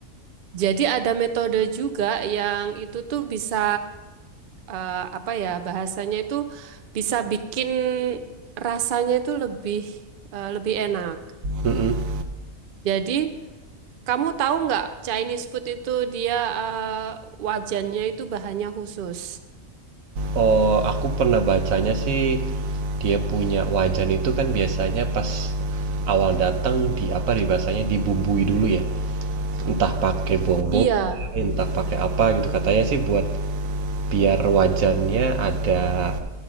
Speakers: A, on the right; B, on the right.
A: Jadi ada metode juga yang itu tuh bisa eh, apa ya, bahasanya itu bisa bikin rasanya itu lebih eh, lebih enak.
B: Mm-mm.
A: Jadi Kamu tahu nggak Chinese food itu dia eh, wajannya itu bahannya khusus.
B: Oh, aku pernah bacanya sih, dia punya wajan itu kan biasanya pas awal datang di apa di bahasanya dibumbui dulu ya. Entah pakai bobo,
A: Iya,
B: entah pakai apa gitu. Katanya sih buat biar wajannya ada